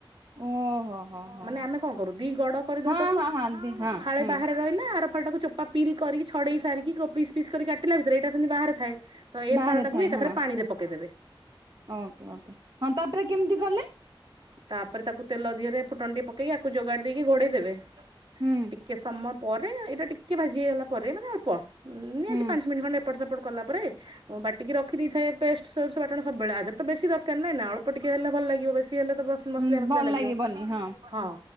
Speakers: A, on the right; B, on the right.
A: ଓହୋ। ହୋ ହୋ।
B: ମାନେ ଆମେ କଣ କରୁ ଦି ଗଡ କରିଦଉ
A: ହଁ
B: ତାକୁ।
A: ହଁ ହଁ ଦି ହଁ
B: ଫାଳେ
A: ହୁଁ
B: ବାହାରେ ରହିଲା ଆର ଫା ତାକୁ ଚୋପ ବା ପିଲ୍ କରିକି ଛଡେଇ ସାରିକି ପିସ୍ ପିସ୍ କରି କାଟିଲା ଭିତରେ ଏଇଟା ସେମିତି ବାାରେ ଥାଏ। ତ ଏଇ
A: ବାହାରେ
B: ଫାଳଟାକୁ
A: ଥାଏ
B: ବି ଏକାଥ
A: ହଁ
B: ପାଣିରେ ପକେଇଦେବେ।
A: Okay okay. ହଁ, ତାପରେ କେମିତି କଲେ?
B: ତାପରେ ତାକୁ ତେଲ ଧିହରେ ଫୁଟଣ୍ଡି ପକେଇକି ଆକୁ ଯୋଗାଡି ଦେଇକି ଘୋଡ଼େଇ ଦେେବେ।
A: ହୁଁ
B: ଟିକେ ସମୟ ପରେ, ଏଇଟା ଟିକେ ଭାଜି ହେଇଗଲା ପରେ ମାନେ ଅଳ୍ପ। ନିଁହାଜି
A: ହୁଁ।
B: ପାଞ୍ଚ ମିନିଟ୍ ଖଣ୍ଡେ ଏପଟ ସେପଟ କଲା ପରେ ମୁଁ ବାଟିକି ରଖିଦଥାଏ ପେଷ୍ଟ। ସୋସ ବାଟଣ ସବୁବେଳେ ଆଧରେ ତ ବେଶୀ ଦରକାର ନାହିଁ ନା। ଅଳ୍ପ ଟିକେ ହେଲେଲ ଲାଗ ବେଶି ହେଲେ ତ ବସ ମସ
A: ହୁଁ
B: ମସ
A: ଭଲ
B: ଲାଗିବ
A: ଲାଗିବନି ହଁ
B: ହଁ‌